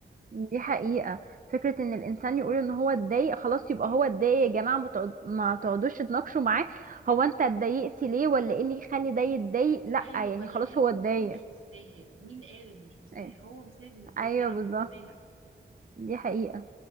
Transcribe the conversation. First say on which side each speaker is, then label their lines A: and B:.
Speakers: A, on the right; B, on the right.
A: دي حقيقة فكرة إن الإنسان يقول إن هو اتضايق خلاص يبقى هو اتضايق يا جماعة ما تقعد- ما تقعدوش تناقشوا معاه هو أنت اتضايقت ليه ولا إيه اللي يخلي ده يتضايق؟ لأ
B: ايوه
A: يعني
B: ولا
A: خلاص
B: هي الموضوع
A: هو اتضايق
B: مش مستاهل مين قال انه مش مستاهل
A: أيوه
B: هو مستاهل بالنسبة
A: أيوة
B: له يا عم
A: بالظبط
B: انت مالك
A: دي حقيقة